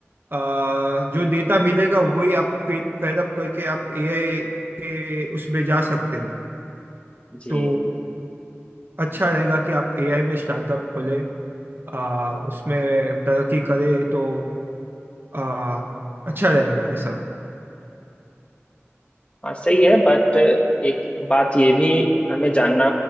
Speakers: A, on the right; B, on the left.
A: आ, जो डेटा मिलेगा वही आप फेड अप करके आप एआई के उसमें जा सकते हो
B: जी
A: तो अच्छा रहेगा कि आप एआई में स्टार्टअप खोले आ, उसमें तरक्की करे तो आ, अच्छा रहेगा ऐसा
B: हाँ सही है बट एक बात ये भी हमें जानना